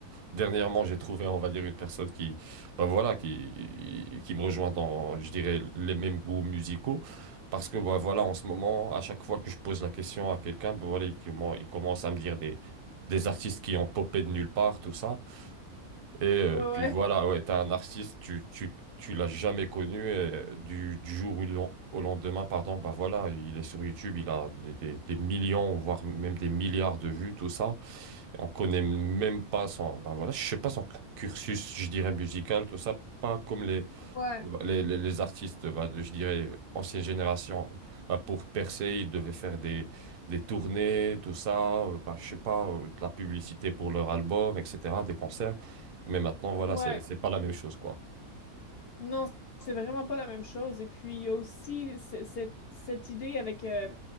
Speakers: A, on the right; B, on the left.
A: Dernièrement, j'ai trouvé, on va dire, une personne qui, bah voilà, qui, qui me rejoint dans, je dirais, les mêmes goûts musicaux. Parce que, bah voilà, en ce moment, à chaque fois que je pose la question à quelqu'un, bah voilà, il, commen- il commence à me dire des, des artistes qui ont popé de nulle part, tout ça. Et euh,
B: Ouais,
A: puis
B: ouais.
A: voilà, ouais, t'es un artiste, tu, tu, tu l'as jamais connu, et euh, du, du jour au len- au lendemain, pardon, bah voilà, il est sur YouTube, il a des, des- des millions, voire même des milliards de vues, tout ça. Et on connaît même pas son, bah voilà, je sais pas son cursus, je dirais, musical, tout ça, pas comme les,
B: Ouais.
A: les, les- les artistes, bah, de- je dirais, ancienne génération, bah, pour percer, ils devaient faire des, des tournées, tout ça, euh, bah, je sais pas, euh, de la publicité pour leur album, etc., des concerts. Mais maintenant, voilà,
B: Ouais.
A: c'est, c'est pas la même chose, quoi.
B: Non, c'est vraiment pas la même chose. Et puis, il y a aussi ce- cette, cette idée avec... euh,